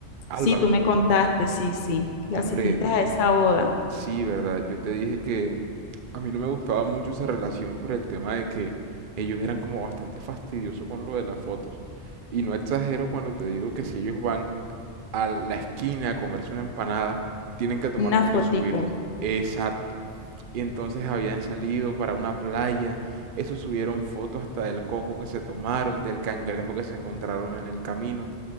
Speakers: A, on the right; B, on the left.
A: Álvaro.
B: Sí, tú me contaste, sí, sí, que
A: Hombre,
B: asististe a esa boda.
A: sí, ¿verdad? Yo te dije que a mí no me gustaba mucho esa relación por el tema de que ellos eran como bastante fastidiosos con lo de las fotos. Y no exagero cuando te digo que si ellos van a la esquina a comerse una empanada, tienen que tomar
B: Una
A: foto
B: fotico.
A: y subirla. Exacto. Y entonces habían salido para una playa, eso subieron fotos hasta del coco que se tomaron, del cangrejo que se encontraron en el camino.